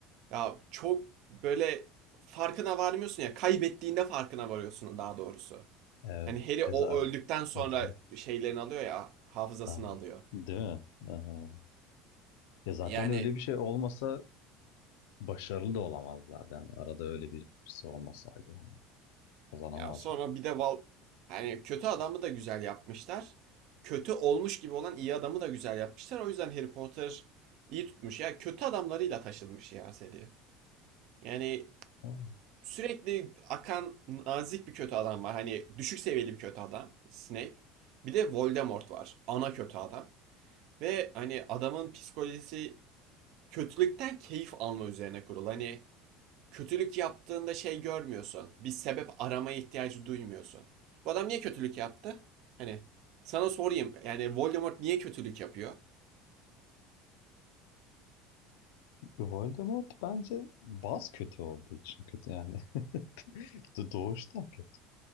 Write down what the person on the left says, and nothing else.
Evet.
E zaten.
<laughs>
Aa,
Değil mi? Aha. Ya zaten
öyle bir şey olmasa başarılı da olamazlardı. Yani arada öyle birisi olmasaydı yani kazanamazlar.
Ama
Voldemort bence baz kötü olduğu için kötü yani. <laughs> Do- Doğuştan kötü.